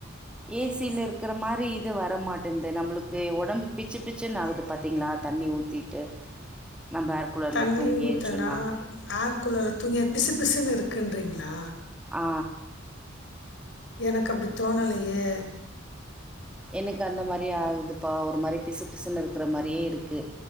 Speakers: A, in the centre; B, on the left (about 60°).
A: ஏ சி ல இருக்கற மாரி இது வர மாட்டன்து நம்மளுக்கு ஒடம்பு பிச்சு பிச்சுன்னு ஆகுது பாத்தீங்ளா தண்ணி ஊத்திட்டு நம்ம ஏர் கூலர்ல
B: தண்ணி
A: தூங்கி
B: ஊத்தனா
A: எஞ்சோன்னா
B: ஏர் கூலர்ல தூங்ய பிசு பிசுன்னு இருக்குன்றீங்ளா
A: ஆ
B: எனக்கு அப்டி தோணலயே
A: எனக்கு அந்த மாரி ஆகுதுப்பா ஒரு மாரி பிசு பிசுன்னு இருக்கிற மாரியே இருக்கு